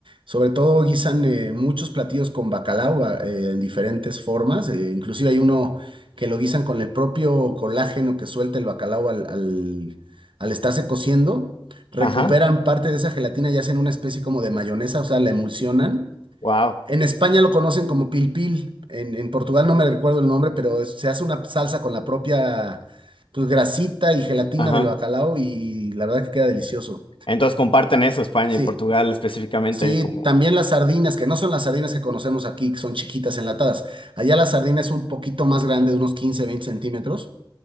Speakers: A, on the right; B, on the left.
A: sobre todo guisan eh, muchos platillos con bacalao ah, eh, en diferentes formas, eh, inclusive hay uno que lo guisan con el propio colágeno que suelta el bacalao al, al, al estarse cociendo, recuperan
B: Ajá.
A: parte de esa gelatina y hacen una especie como de mayonesa, o sea, la emulsionan
B: Wow.
A: en España lo conocen como pil pil. En, en Portugal no me recuerdo el nombre, pero es- se hace una salsa con la propia pues, grasita y gelatina
B: Ajá.
A: del bacalao y, la verdad que queda delicioso.
B: Entonces comparten eso, España
A: Sí,
B: y Portugal específicamente
A: sí,
B: como...
A: también las sardinas, que no son las sardinas que conocemos aquí, que son chiquitas enlatadas. Allá la sardina es un poquito más grande, de unos 15, 20 centímetros.